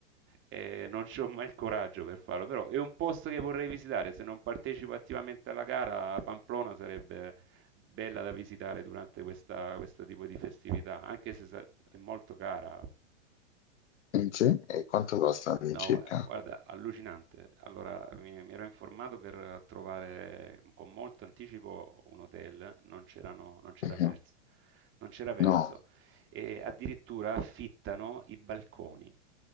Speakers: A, on the right; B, on the left.
A: eh, non ho mai il coraggio per farlo, però è un posto che vorrei visitare, se non partecipo attivamente alla gara, Pamplona sarebbe bella da visitare durante questa, questo tipo di festività, anche se sa- è molto cara.
B: Eh, mm, sì? E quanto costa all'incirca?
A: No, eh, guarda, allucinante. Allora, mi, mi ero informato per trovare con molto anticipo un hotel, non c'erano, non c'era
B: Mhm.
A: verso, non c'era verso.
B: No,
A: E addirittura affittano i balconi.